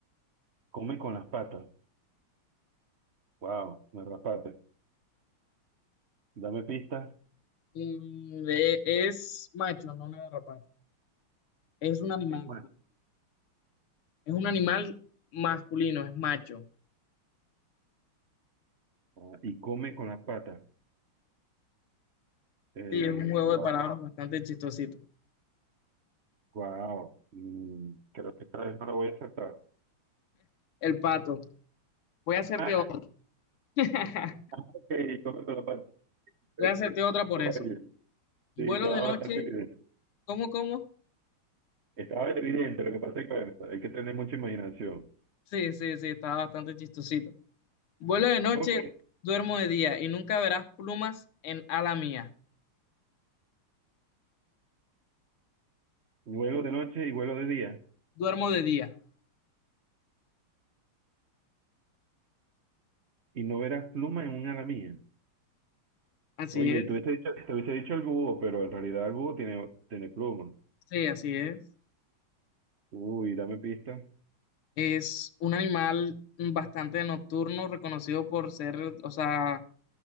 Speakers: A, on the right; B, on the left.
A: come con las patas. Wow, garrapata. Dame pistas.
B: Mm, eh, es macho, no una garrapata. Es un animal.
A: Es más.
B: Es un animal masculino, es macho.
A: Ah, y come con las patas. Eh,
B: Sí, es un juego
A: wow,
B: de palabras bastante chistosito.
A: wow. Mm, creo que esta vez no lo voy a aceptar. <laughs>
B: El pato. Voy a hacerte
A: Ah,
B: otra. <laughs>
A: ok, come con las patas. Ok.
B: Voy a hacerte otra por eso.
A: Oye,
B: Vuelo
A: sí, estaba
B: de noche.
A: bastante bien.
B: ¿Cómo, cómo?
A: Estaba evidente, lo que pasa es que bueno, hay que tener mucha imaginación.
B: Sí, sí, sí, está bastante chistosito. Vuelo de noche,
A: Ok,
B: duermo de día y nunca verás plumas en ala mía.
A: vuelo de noche y vuelo de día,
B: Duermo de día.
A: y no verás pluma en un ala mía.
B: Así
A: Oye,
B: es.
A: te hubiese dicho, te hubiese dicho el búho, pero en realidad el búho tiene, tiene pluma.
B: Sí, así es.
A: Uy, dame pista.
B: Es un animal bastante nocturno, reconocido por ser, o sea,